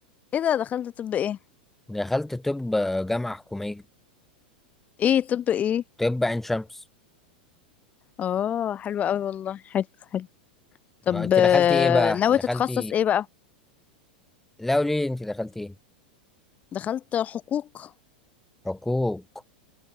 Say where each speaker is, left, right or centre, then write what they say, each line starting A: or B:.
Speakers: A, on the left; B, in the centre.
A: ايه ده دخلت طب ايه
B: دخلت طب جامعة حكومية
A: ايه طب ايه
B: طب عين شمس
A: اه حلو قوي والله حلو حلو طب
B: انت
A: آه،
B: دخلتي ايه بقى
A: ناوي
B: دخلتي
A: تتخصص ايه بقى
B: لا قولي لي انت دخلتي ايه
A: دخلت حقوق <laughs>
B: حقوق